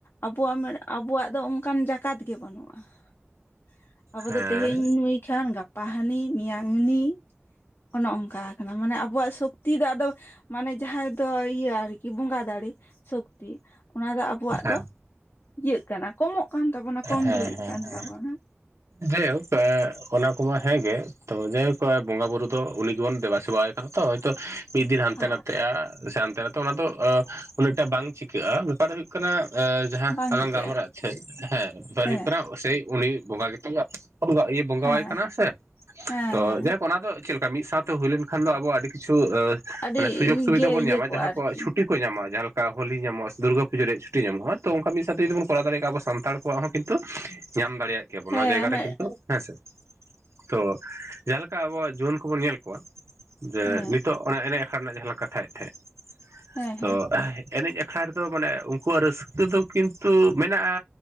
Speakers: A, on the left; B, on the right.
A: ᱟᱵᱚᱣᱟᱜ ᱢᱮ ᱟᱵᱚᱣᱟᱜ ᱫᱚ ᱚᱱᱠᱟᱱ ᱡᱟ ᱠᱟᱛ ᱜᱮ ᱵᱟᱹᱱᱩᱜᱼᱟ᱾ᱟᱵᱚ
B: ᱦᱮᱸ
A: ᱫᱚ ᱛᱮᱦᱮᱧ ᱱᱩᱭ ᱠᱷᱟᱱ ᱜᱟᱯᱟ ᱦᱟᱱᱤ ᱢᱮᱭᱟᱝ ᱩᱱᱤ ᱚᱱᱮ ᱚᱝᱠᱟᱣ ᱠᱟᱱᱟ ᱢᱟᱱᱮ ᱟᱵᱚᱣᱟᱜ ᱥᱚᱠᱛᱤ ᱫᱚ ᱟᱫᱚ ᱢᱟᱱᱮ ᱡᱟᱦᱟᱸᱭ ᱫᱚ ᱤᱭᱟᱹ ᱟᱨᱠᱤ ᱵᱚᱸᱜᱟ ᱫᱟᱲᱮ ᱥᱚᱠᱛᱤ ᱚᱱᱟ ᱫᱚ ᱟᱵᱚᱣᱟᱜ
B: ᱦᱮᱸ
A: ᱫᱚ ᱤᱭᱟᱹᱜ ᱠᱟᱱᱟ ᱠᱚᱢᱚᱜ ᱠᱟᱱ ᱛᱟᱵᱚᱱᱟ᱾ ᱠᱚᱢ
B: ᱦᱮᱸ
A: ᱡᱩᱨᱤᱜ
B: ᱦᱮᱸ
A: ᱠᱟᱱ
B: ᱦᱮᱸ
A: ᱛᱟᱵᱚᱱᱟ
B: ᱡᱟᱭᱦᱳᱠ ᱮᱸ ᱚᱱᱟ ᱠᱚᱢᱟ ᱦᱮᱸᱜᱮ ᱛᱚ ᱡᱟᱭᱦᱳᱠ ᱟ ᱵᱚᱸᱜᱟ ᱵᱩᱨᱩ ᱫᱚ ᱩᱱᱤ ᱜᱮᱵᱚᱱ ᱫᱮᱵᱟ ᱥᱮᱵᱟᱣᱟᱭ ᱠᱷᱟᱱ ᱛᱚ ᱦᱳᱭᱛᱳ ᱢᱤᱜ ᱫᱤᱱ ᱦᱟᱱᱛᱮ
A: ᱦᱮᱸ
B: ᱱᱟᱛᱮᱜ-ᱟ᱾ ᱥᱮ ᱦᱟᱱᱛᱮ ᱱᱚᱛᱮ ᱚᱱᱟ ᱫᱚ ᱟᱸ ᱩᱱᱟᱹᱜᱴᱟ ᱵᱟᱝ ᱪᱤᱠᱟᱹᱜᱼᱟ ᱵᱮᱯᱟᱨ ᱫᱚ ᱦᱩᱭᱩᱜ ᱠᱟᱱᱟ ᱮᱸ ᱡᱟᱦᱟᱸ
A: ᱵᱟᱝ
B: ᱟᱞᱟᱝ
A: ᱪᱤᱠᱟᱹᱜᱼᱟ
B: ᱜᱟᱞᱢᱟᱨᱟᱣᱮᱜ ᱛᱟᱦᱮᱸᱫ ᱦᱮᱸ ᱵᱮᱯᱟᱨ
A: ᱦᱮᱸ
B: ᱦᱩᱭᱩᱜ ᱠᱟᱱᱟ ᱥᱮᱭ ᱩᱱᱤ ᱵᱚᱸᱜᱟ ᱜᱮᱛᱚ <unintelligible> ᱟᱵᱚᱣᱟᱜ ᱤᱭᱟᱹ ᱵᱚᱸᱜᱟᱣᱟᱭ
A: ᱦᱮᱸ
B: ᱠᱟᱱᱟ ᱥᱮ
A: ᱦᱮᱸ
B: ᱛᱚ
A: ᱦᱮᱸ
B: ᱡᱟᱭᱦᱳᱠ ᱚᱱᱟ ᱫᱚ ᱪᱮᱫ ᱞᱮᱠᱟ ᱢᱤᱫ ᱥᱟᱶᱛᱮ ᱦᱩᱭ ᱞᱮᱱᱠᱷᱟᱱ ᱫᱚ ᱟᱵᱚᱣᱟᱜ ᱟᱹᱰᱤ ᱠᱤᱪᱷᱩ ᱮᱸ
A: ᱟᱹᱰᱤ
B: ᱚᱱᱮ ᱥᱩᱡᱳᱜᱽ ᱥᱩᱵᱤᱫᱷᱟ
A: ᱜᱮ
B: ᱵᱚᱱ
A: ᱤᱭᱟᱹ
B: ᱧᱟᱢ
A: ᱠᱚᱜᱼᱟ
B: ᱡᱟᱦᱟᱸ
A: ᱟᱨᱠᱤ
B: ᱠᱚᱣᱟᱜ ᱪᱷᱩᱴᱤ ᱠᱚ ᱧᱟᱢᱟ ᱡᱟᱦᱟᱸ ᱞᱮᱠᱟ ᱦᱳᱞᱤ ᱧᱟᱢᱚᱜᱼᱟ ᱫᱩᱨᱜᱟᱹ ᱯᱩᱡᱟᱹ ᱨᱮᱭᱟᱜ ᱪᱷᱩᱴᱤ ᱧᱟᱢᱚᱜᱼᱟ ᱛᱚ ᱚᱱᱠᱟ ᱢᱤᱜ ᱥᱟᱶᱛᱮ ᱡᱩᱫᱤ ᱵᱚᱱ ᱠᱚᱨᱟᱣ ᱫᱟᱲᱮᱭᱟᱜ ᱠᱷᱟᱱ ᱟᱵᱚ ᱥᱟᱱᱛᱟᱲ ᱠᱚᱣᱟᱜ ᱦᱚᱸ ᱠᱤᱱᱛᱩ ᱧᱟᱢ ᱫᱟᱲᱮᱭᱟᱜ ᱠᱮᱭᱟ ᱵᱚᱱ
A: ᱦᱮᱸ
B: ᱱᱚᱣᱟ ᱡᱟᱭᱜᱟ
A: ᱟᱢᱟᱜ
B: ᱨᱮ ᱠᱤᱱᱛᱩ ᱦᱮᱸᱥᱮ᱾ ᱛᱚ ᱡᱟᱦᱟᱸ ᱞᱮᱠᱟ ᱟᱵᱚᱣᱟᱜ ᱡᱩᱣᱟᱹᱱ ᱠᱚᱵᱚᱱ ᱧᱮᱞ ᱠᱚᱣᱟ ᱡᱮ
A: ᱦᱮᱸ
B: ᱱᱤᱛᱳᱜ ᱚᱱᱟ ᱮᱱᱮᱡ ᱟᱠᱷᱲᱟ ᱨᱮᱱᱟᱜ ᱡᱟᱦᱟᱸᱞᱟᱝ ᱠᱟᱛᱷᱟᱭᱮᱜ ᱛᱟᱦᱮᱸᱫ
A: ᱦᱮᱸ
B: ᱛᱚ
A: ᱦᱮᱸ
B: ᱮᱱᱮᱡ ᱟᱠᱷᱲᱟ ᱨᱮᱫᱚ ᱢᱟᱱᱮ ᱩᱝᱠᱩᱣᱟᱜ ᱨᱟᱹᱥᱠᱟᱹ ᱫᱚ ᱠᱤᱱᱛᱩ ᱢᱮᱱᱟᱜᱼᱟ